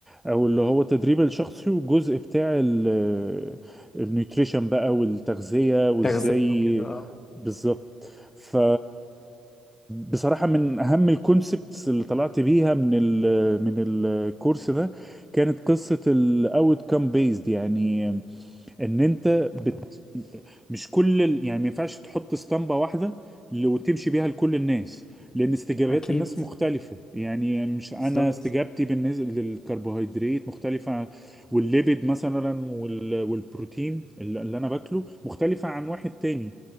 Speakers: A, in the centre; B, on the left (about 30°).
A: او اللي هو التدريب الشخصي وجزء بتاع ال- النيوتريشن بقى والتغذية وازاي
B: تغذيه وكده اه
A: بالظبط ف بصراحة من أهم الكونسبتس اللي طلعت بيها من ال آه، من الكورس ده كانت قصة ال outcome based يعني ان انت بت... مش كل ال- يعني ما ينفعش تحط اسطمبة واحدة ل- وتمشي بيها لكل الناس لان استجابات
B: اكيد
A: الناس مختلفة يعني مش انا
B: بالظبط
A: استجابتي بالنسبة للكربوهيدرات مختلفة والليبيد مثلا وال... والبروتين اللي اللي انا باكله مختلفة عن واحد تاني